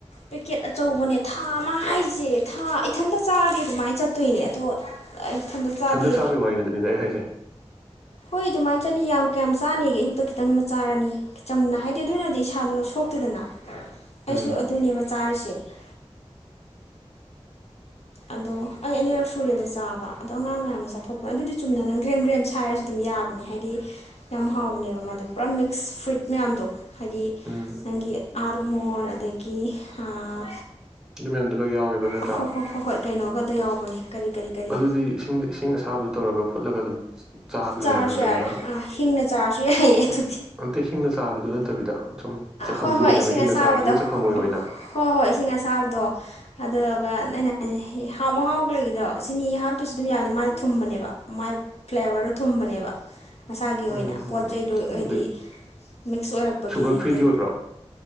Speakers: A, on the left; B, in the centre.
A: ꯄꯦꯛꯀꯦꯠ ꯑꯆꯧꯕꯅꯦ ꯊꯥ ꯑꯃ ꯍꯥꯏꯁꯦ ꯊꯥ ꯏꯊꯟꯇ ꯆꯥꯔꯗꯤ ꯑꯗꯨꯃꯥꯏꯅ ꯆꯠꯇꯣꯏꯅꯦ ꯑꯗꯣ ꯑꯩ ꯏꯊꯟꯇ ꯆꯥꯗꯦ
B: ꯏꯊꯟꯗ ꯆꯥꯕꯒꯤ ꯋꯥꯔꯤꯗꯨꯅꯤꯗ ꯑꯩ ꯍꯥꯏꯁꯦ
A: ꯍꯣꯏ ꯑꯗꯨꯃꯥꯏꯅ ꯆꯠꯅꯤ ꯌꯥꯝ ꯀꯌꯥꯝ ꯆꯥꯅꯤꯒꯦ ꯑꯌꯨꯛꯇ ꯈꯤꯇꯪ ꯑꯃ ꯆꯥꯔꯅꯤ ꯆꯝꯅ ꯍꯥꯏꯗꯤ ꯑꯗꯨꯅꯗꯤ ꯏꯁꯥꯗꯨ ꯁꯣꯛꯇꯦꯗꯅ ꯑꯩꯁꯨ
B: ꯎꯝ
A: ꯑꯗꯨꯅꯦꯕ ꯆꯥꯔꯤꯁꯦ ꯀꯦ <inaudible> ꯑꯗꯣ ꯑꯩ ꯑꯅꯤꯔꯛ ꯁꯨꯔꯦꯕ ꯆꯥꯕ ꯑꯗꯣ ꯑꯉꯥꯡ ꯃꯌꯥꯝꯅ ꯆꯥꯊꯣꯛꯄꯅꯦ ꯑꯗꯨꯗꯤ ꯆꯨꯝꯅ ꯅꯪ ꯒ꯭ꯔꯦꯝ ꯒ꯭ꯔꯦꯝ ꯁꯥꯏꯔꯁꯨ ꯑꯗꯨꯝ ꯌꯥꯕꯅꯦ ꯍꯥꯏꯗꯤ ꯌꯥꯝ ꯍꯥꯎꯕꯅꯦꯕ ꯃꯥꯗꯣ ꯄꯨꯔꯥ ꯃꯤꯛꯁ ꯐ꯭ꯔꯨꯏꯠ ꯃꯌꯥꯝꯗꯣ ꯍꯥꯏꯗꯤ
B: ꯎꯝ
A: ꯅꯪꯒꯤ ꯑꯥꯜꯃꯣꯟ ꯑꯗꯒꯤ ꯑꯥ
B: ꯑꯗꯨ ꯃꯌꯥꯝꯗꯣ ꯂꯣꯏꯅ ꯌꯥꯎꯋꯦꯕ ꯅꯠ
A: ꯑ ꯍꯣ ꯍꯣ ꯍꯣꯏ ꯍꯣꯏ ꯀꯩꯅꯣꯒꯗꯣ ꯌꯥꯎꯕꯅꯦ ꯀꯔꯤ ꯀꯔꯤ ꯀꯔꯤ
B: ꯑꯗꯨꯗꯤ ꯏꯁꯤꯡ ꯏꯁꯤꯡ ꯑꯁꯥꯕꯗ ꯇꯧꯔꯒ ꯐꯨꯠꯂꯒ ꯑꯗꯨꯒ ꯆꯥꯕꯗꯨꯔꯥ
A: ꯆꯥꯔꯁꯨ
B: ꯅꯠꯇ꯭ꯔꯒꯅ
A: ꯌꯥꯔꯦ ꯑꯥ ꯍꯤꯡꯅ ꯆꯥꯔꯁꯨ ꯌꯥꯏꯌꯦ ꯑꯗꯨꯗꯤ
B: ꯑꯝꯇ ꯍꯁꯤꯡꯅ ꯆꯥꯕꯗꯨ ꯅꯠꯇꯕꯤꯗ ꯁꯨꯝ ꯆꯥꯐꯝꯁꯨ
A: ꯍꯣꯏ ꯍꯣꯏ
B: ꯑꯣꯏꯅꯕ
A: ꯏꯁꯤꯡ
B: ꯍꯤꯡꯅ
A: ꯑꯁꯥꯕꯗ
B: ꯆꯥꯕꯗꯨꯗꯤ ꯆꯥꯐꯝ ꯑꯣꯏꯔꯣꯏꯅ
A: ꯍꯣꯏ ꯍꯣꯏ ꯏꯁꯤꯡ ꯑꯁꯥꯕꯗꯣ ꯑꯗꯨ ꯑꯗꯨꯒ ꯅꯩꯅ ꯍꯥꯎꯕ ꯍꯥꯎꯕ ꯂꯩꯒꯗ꯭ꯔꯣ ꯆꯤꯅꯤ ꯍꯥꯞꯇꯔ꯭ꯁꯨ ꯑꯗꯨꯝ ꯌꯥꯅꯤ ꯃꯥꯗꯤ ꯊꯨꯝꯕꯅꯦꯕ ꯃꯥꯏ ꯐ꯭ꯂꯦꯕꯔꯗꯣ ꯊꯨꯝꯕꯅꯦꯕ ꯃꯁꯥꯒꯤ ꯑꯣꯏꯅ
B: ꯎꯝ
A: ꯄꯣꯠ ꯆꯩꯗꯣ ꯍꯥꯏꯗꯤ
B: ꯑꯗꯩ
A: ꯃꯤꯛꯁ ꯑꯣꯏꯔꯛꯄꯒꯤ
B: ꯁꯨꯒꯔ ꯐ꯭ꯔꯤꯗꯤ
A: ꯑꯗꯒꯤ
B: ꯑꯣꯏꯕ꯭ꯔꯣ